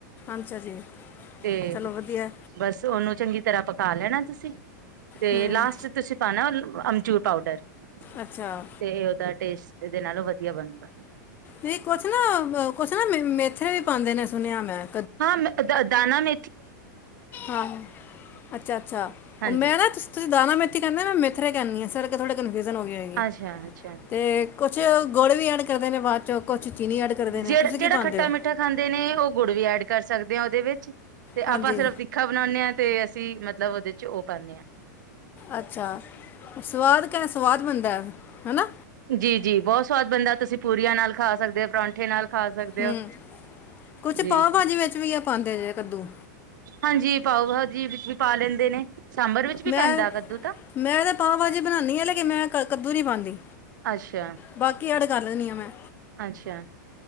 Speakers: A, on the left; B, on the right.
A: ਅੱਛਾ ਜੀ
B: ਤੇ,
A: ਚਲੋ ਵਧੀਆ
B: ਬਸ ਉਹਨੂੰ ਚੰਗੀ ਤਰ੍ਹਾਂ ਪਕਾ ਲੈਣਾ, ਤੁਸੀਂ। ਤੇ
A: ਹੂੰ
B: ਲਾਸਟ ਚ ਤੁਸੀਂ ਪਾਨਾ ਅਮਚੂੂਰ ਪਾਊਡਰ। ਤੇ,
A: ਅੱਛਾ
B: ਉਹਦਾ ਟੇਸਟ ਇਹਦੇ ਨਾਲੋਂ ਵਧੀਆ ਬਣਦਾ।
A: ਵੀ ਕੁਛ ਨਾ, ਕੁਛ ਨਾ, ਮੇਥ੍ਰੇ ਵੀ ਪਾਂਦੇ ਨੇ, ਸੁਣਿਆ ਮੈਂ।
B: ਹਾਂ, ਮੈਂ ਦਾਨਾ ਮ
A: ਆਹ, ਅੱਛਾ -ਅੱਛਾ
B: ਹਾਂਜੀ
A: ਉਹ ਮੈਂ ਨਾ, ਤੁਸੀਂ ਦਾਣਾ ਮੈਂ ਕਹਦਾ ਮੇਥ੍ਰੇ ਕਹਨੀ ਆ ਸਰ ਥੋੜੇ ਹੋ ਗ ਹੈਗੀ
B: ਅੱਛਾ ਅੱਛਾ
A: ਤੇ ਕੁਛ ਗੁੜ ਵੀ ਅਡ ਕਰਦੇ ਨੇ ਬਾਅਦ ਚੋਂ, ਕੁਛ ਚੀਨੀ ਐਡ ਕਰਦੇ ਨੇ
B: ਜਿਹੜ,
A: ਤੁਸੀਂ ਕੀ
B: ਜਿਹੜਾ
A: ਪਾਉਂਦੇ
B: ਖੱਟਾ-
A: ਹੋ
B: ਮਿੱਠਾ ਖਾਂਦੇ ਨੇ, ਉਹ ਗੁੜ ਵੀ ਐਡ ਕਰ ਸਕਦੇ। ਉਹਦੇ ਵਿੱਚ ਤੇ
A: ਹਾਂਜੀ
B: ਆਪਾਂ ਸਿਰਫ ਤਿੱਖਾ ਬਣਾਉਦੇ ਹਾਂ, ਤੇ ਅਸੀਂ ਮਤਲਬ ਉਹਦੇ ਚ ਉਹ ਪਾਂਨੇ ਆ।
A: ਅੱਛਾ। ਸਵਾਦ ਕਹ, ਸਵਾਦ ਬਣਦਾ। ਹੈ ਨਾ
B: ਜੀ-ਜੀ ਬਹੁਤ ਸਵਾਦ ਬਣਦਾ ਤੁਸੀਂ ਪੂਰੀਆਂ ਨਾਲ ਖਾ ਸਕਦੇ ਓ ਪਰੌਠੇ ਨਾਲ। ਖਾ ਸਕਦੇ
A: ਹਮ,
B: ਹੋ
A: ਕੁਛ
B: ਜੀ
A: ਪਾਓ ਭਾਜੀ ਵਿੱਚ ਵੀ ਆ ਪਾਉਂਦੇ ਜੇ ਕੱਦੂ।
B: ਹਾਂਜੀ ਪਾਓ ਭਾਜੀ ਵਿੱਚ ਵੀ ਪਾ ਲੈਂਦੇ ਨੇ ਸਾਂਬਰ ਵਿੱਚ ਵੀ
A: ਮੈਂ,
B: ਪੈਂਦਾ ਕੱਦੂ ਤਾਂ
A: ਮੈਂ ਤਾਂ ਪਾਓ ਭਾਜੀ ਬਣਾਉਦੀ ਹ ਲੇਕਿਨ ਮੈਂ ਕੱਦੂ ਨਹੀਂ ਪਾਉਂਦੀ।
B: ਅੱਛਾ-ਅੱਛਾ।
A: ਬਾਕੀ ਐਡ ਕਰ ਲੈਂਦੀ ਹਾਂ ਮੈਂ